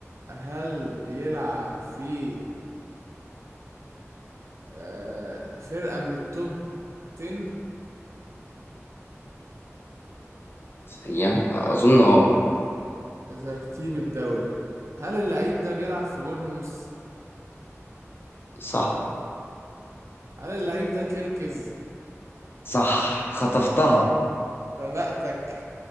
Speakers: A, on the right (about 65°); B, on the left (about 45°).
A: هل بيلعب في آه فرقة من التوب 10
B: هي اظن اه
A: في, في, في ترتيب الدوري هل اللعيب ده بيلعب في بورنموث
B: صح
A: هل اللعيب ده كيركز
B: صح خطفتها
A: سبقتك